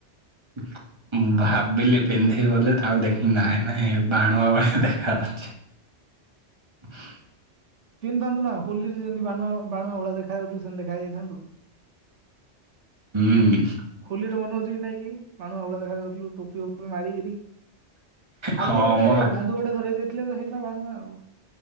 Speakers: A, on the right; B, on the right.
A: <inaudible> ମୁଁ ଭାବିଲି ପିନ୍ଧିବି ବୋଲି ତାପରେ ଦେଖିଲି ନାଇଁ ନାଇଁ ଏ ବାଣୁଆ ଭଳିଆ ଦେଖା ଯାଉଛି। <unintelligible>
B: ପିନ୍ଧିଥାନ୍ତୁ ନା ହୋଲିରେ ଯେମତି ବାଣୁଆ ବାଣୁଆ ଭଳିଳା ଦେଖା ଯାଉ ଥିଲୁ ସେମତି ଦେଖା ଯାଇଥାନ୍ତୁ।
A: ହୁଁ।
B: ହୋଲିରେ ମନ ଅଛି କି ନାଇଁ କି ବାଣୁଣୁ ଭଳିଆ ଦେଖା ଯାଉଥିଲୁ। ଟୋପି ଫୋପି ମାରିକିରି ଖାଲି
A: ହଁ
B: ଗୋଟେ
A: ମୋ ବା
B: ବନ୍ଧୁକ ଟେ ଧରେଇ ଦେଇଥିଲେ ତ ହେଇଥିଲା ବାଣୁଆ ଆଉ।